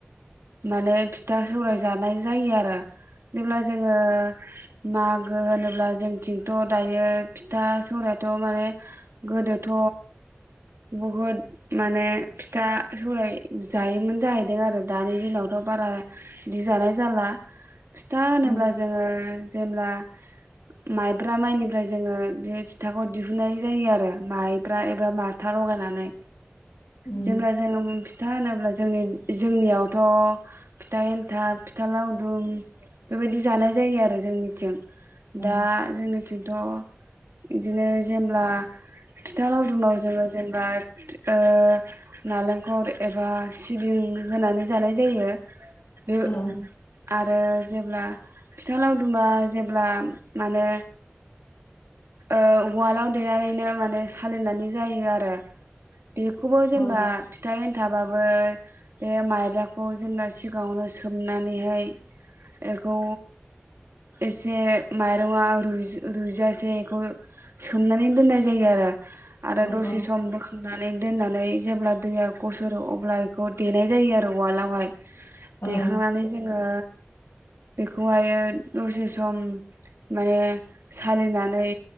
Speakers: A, on the right; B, on the left.
A: माने फिथ था सौराय जानाय जायो आरो जेब्ला जोङो मागो होनोब्ला जोंथिंथ' दायो फिथा सौरायथ' माने गोदोथ' बहुद माने फिथा सौराय जायोमोन जाहैदों आरो दानि दिनावथ' बारा बिदि जानाय जाला। फिथा होनोब्ला
B: उम
A: जोङो जेब्ला माइब्रा माइनिफ्राय जोङो बे फिथाखौ दिहुननाय जायो आरो माइ ब्रा एबा माथा लगायनानै
B: उम
A: जेब्ला जोंङो उम फिथ था होनोब्ला जोंनि जोंनियावथ' फिथा एन्थाब, फिथा लावदुम बेबायदि जानाय जायो आरो जोंनिथिं।
B: औ
A: दा जोंनिथिंथ' इदिनो जेमब्ला फिथा लावदुमाव जोङो जेनेबा ओ नालेंखर एबा सिबिं होनानै जानाय जायो। बे
B: औ
A: आर रो जेब्ला फिथा लावदुमा जेब्ला माने ओ उवालाव देनानैनो माने सालिनानै जायो आरो। बेखौबो जेनेबा
B: औ
A: फिथा एनथाबाबो बे माइब्राखौ जेनबा स सिगाङावनो सोमनानैहाय एखौ एसे माइर'ङा रुयज रुयजासे एखौ सोमनानै दोननाय जायो आरो। आरो
B: औ
A: दसे सम बोखांनानै दोननानै जेब्ला दैया गसरो अब्ला बेखौ देनाय जायो आरो उवालावहाय।
B: औ
A: देखांनानै जोङो बेखौहायो दसे सम माने सालिनानै